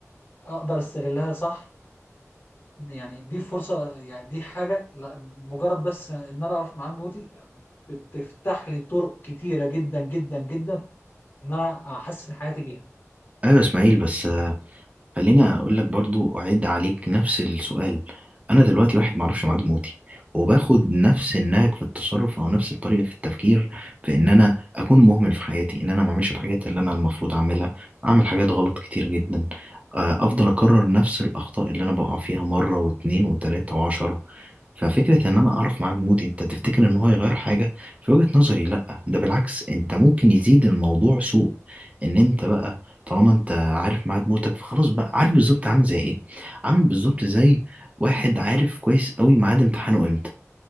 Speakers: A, on the left; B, on the right.
A: اقدر استغلها صح يعني دي فرصة يعني دي حاجة لا مجرد بس ان انا اعرف معاه نوتي بتفتح لي طرق كتيرة جدا جدا جدا ان انا احسن حياتي بيها
B: ايوه يا اسماعيل بس خليني اقول لك برضو اعيد عليك نفس السؤال انا دلوقتي واحد معرفش ميعاد موتي وباخد نفس النهج في التصرف او نفس الطريقه في التفكير في ان انا اكون مهمل في حياتي ان انا ما اعملش الحاجات اللي انا المفروض اعملها اعمل حاجات غلط كتير جدا آه، افضل اكرر نفس الاخطاء اللي انا بقع فيها مره واتنين وتلاته وعشرة ففكرة ان انا اعرف ميعاد مودي انت تفتكر ان هو هيغير حاجة في وجهة نظري لا ده بالعكس انت ممكن يزيد الموضوع سوء ان انت بقى طالما انت عارف ميعاد موتك فخلاص بقى عارف بالظبط عامل زي ايه عامل بالظبط زي واحد عارف كويس قوي ميعاد امتحانه امتى